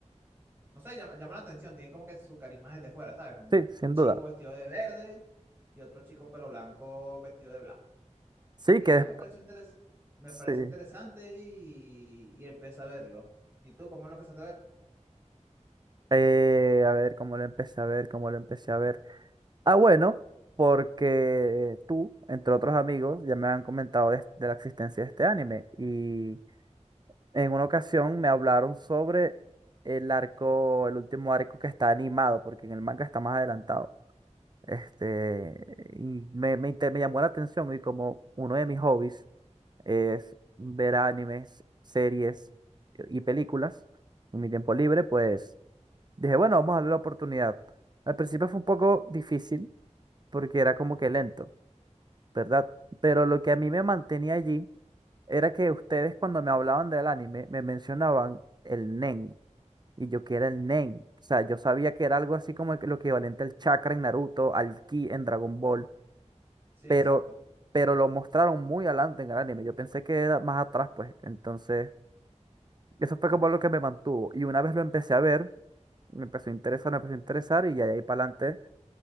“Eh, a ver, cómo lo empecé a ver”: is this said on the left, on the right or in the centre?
Right